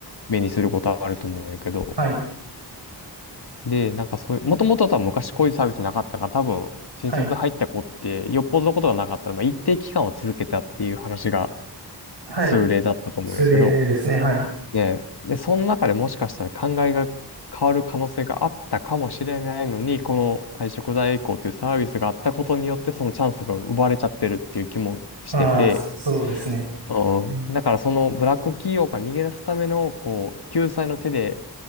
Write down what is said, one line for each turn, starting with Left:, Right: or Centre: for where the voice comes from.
Left: 目にすることはあると思うんやけど、
Right: はい。
Left: で、なんかそういう、もともと多分昔こういうサービスなかったから、多分、新卒で入った子って、
Right: はい。
Left: よっぽどのことがなかったら、まあ一定期間は続けたっていう話が
Right: はい。
Left: 通例だったと思うんやけど、
Right: ツレですね。はい。
Left: で、で、その中でもしかしたら考えが変わる可能性があったかもしれないのに、この退職代行というサービスがあったことによって、そのチャンスが奪われちゃってるっていう気もしてて、
Right: ああ、そそうですね。
Left: うん、
Right: うん。
Left: だからそのブラック企業から逃げ出すための、こう、救済の手で、